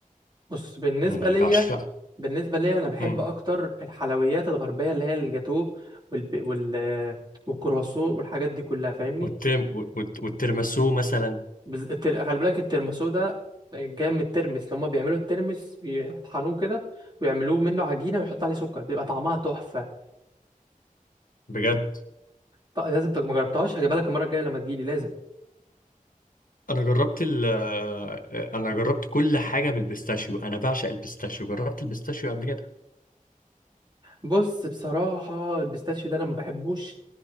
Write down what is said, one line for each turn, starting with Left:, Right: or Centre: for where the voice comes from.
Right: بص بالنسبه
Left: يعني
Right: ليا
Left: بعشقها
Right: بالنسبه ليا انا بحب
Left: امم
Right: اكتر الحلويات الغربيه اللي هي الجاتوه والب... وال والكرواسون والحاجات دي كلها فاهمني
Left: والترم والت- والترمسو مثلا
Right: بز... التر... خلي بالك الترمسو ده جاي من الترمس لما بيعملوا الترمس بيطحنوه كده ويعملوه منه عجينه ويحط عليه سكر بيبقى طعمها تحفه
Left: بجد
Right: ط... لازم تج- ما جربتهاش هجيبها لك المره الجايه لما تجيلي لازم
Left: انا جربت ال آه، انا جربت كل حاجه بالبيستاشيو انا بعشق البيستاشيو جربت البيستاشيو قبل كده
Right: بص بصراحه البيستاشيو ده انا ما بحبوش